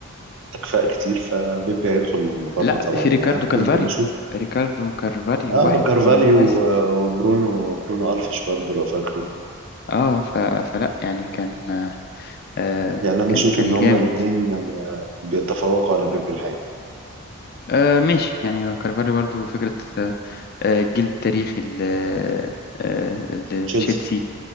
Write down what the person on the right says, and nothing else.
تكفاء كتير فبيبي هيدخل المقارنة
طبعا
يعني انا
كنت بشوف
اه
كارفاليو
و- وبرونو برونو الفيش برضو لو فاكر
يعني انا
اشوف
ان هما
الاثنين بيتفوقوا على بيب الحقيقه
تشيلسي